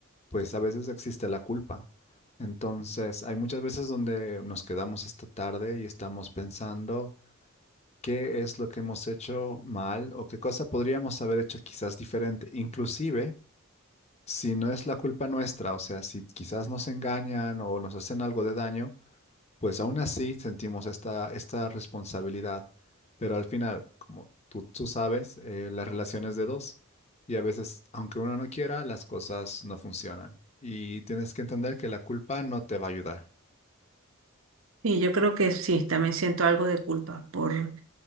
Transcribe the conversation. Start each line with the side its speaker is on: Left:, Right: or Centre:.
Left: pues a veces existe la culpa. Entonces hay muchas veces donde nos quedamos hasta tarde y estamos pensando. qué es lo que hemos hecho mal o qué cosa podríamos haber hecho quizás diferente, inclusive si no es la culpa nuestra, o sea, si quizás nos engañan o nos hacen algo de daño, pues aún así sentimos esta, esta responsabilidad. Pero al final, como tú, tú sabes, eh, las relaciones de dos y a veces, aunque uno no quiera, las cosas no funcionan. Y tienes que entender que la culpa no te va a ayudar.
Right: Y yo creo que sí, también siento algo de culpa por,